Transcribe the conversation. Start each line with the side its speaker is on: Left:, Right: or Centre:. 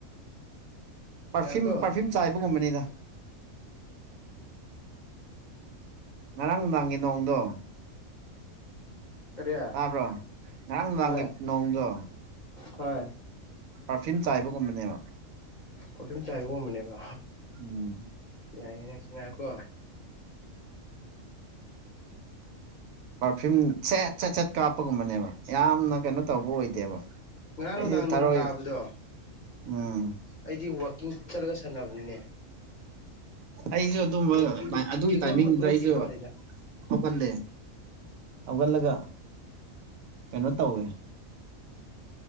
Right: ꯄꯔꯐ꯭ꯌꯨꯝ
Left: ꯉꯥꯏꯈꯣꯀꯣ
Right: ꯄꯔꯐ꯭ꯌꯨꯝ ꯆꯥꯏꯕꯒꯨꯝꯕꯅꯤꯗ ꯉꯔꯥꯡ ꯅꯨꯡꯗꯥꯡꯒꯤ ꯅꯣꯡꯗꯣ
Left: ꯀꯔꯤ
Right: ꯇꯥꯕ꯭ꯔꯣ ꯉꯔꯥꯡ ꯅꯨꯡꯗꯥꯡꯉ
Left: ꯍꯣꯏ
Right: ꯅꯣꯡꯗꯣ
Left: ꯍꯣꯏ
Right: ꯄꯥꯔꯐ꯭ꯌꯨꯝ ꯆꯥꯏꯕꯒꯨꯝꯕꯅꯦꯕ
Left: ꯄꯔꯐ꯭ꯌꯨꯝ ꯆꯥꯏꯒꯒꯨꯝꯕꯅꯦꯕ
Right: ꯎꯝ
Left: ꯌꯥꯏꯌꯦ ꯅꯪ ꯁꯅꯀꯣ
Right: ꯄꯥꯔꯐ꯭ꯌꯨꯝ ꯁꯦꯠ ꯁꯦꯠ ꯁꯦꯠ ꯀꯥꯞꯄꯒꯨꯝꯕꯅꯦꯕ ꯌꯥꯝꯅ ꯀꯩꯅꯣ ꯇꯧꯕ ꯑꯣꯏꯗꯦꯕ
Left: ꯉꯔꯥꯡ
Right: ꯑꯩꯁꯦ
Left: ꯅꯨꯡꯗꯥꯡ ꯅꯣꯡ
Right: ꯊꯔꯣꯏ
Left: ꯇꯥꯕꯗꯣ
Right: ꯎꯝ
Left: ꯑꯩꯗꯤ ꯆꯠꯂꯒ ꯁꯥꯟꯅꯕꯅꯤꯅꯦ
Right: ꯑꯩꯁꯨ ꯑꯗꯨꯝꯕ
Left: ꯅꯣꯡ ꯈꯤꯛꯂꯤ
Right: ꯑꯗꯨꯒꯤ
Left: ꯈꯤꯛꯂꯝꯃꯒ
Right: ꯇꯥꯏꯃꯤꯡꯗꯨꯗ
Left: ꯇꯣꯛꯈꯤꯕ
Right: ꯑꯩꯁꯨ
Left: ꯋꯥꯅꯤꯗ
Right: ꯍꯧꯒꯠꯂꯦ ꯍꯧꯒꯠꯂꯒ ꯀꯩꯅꯣ ꯇꯧꯋꯦ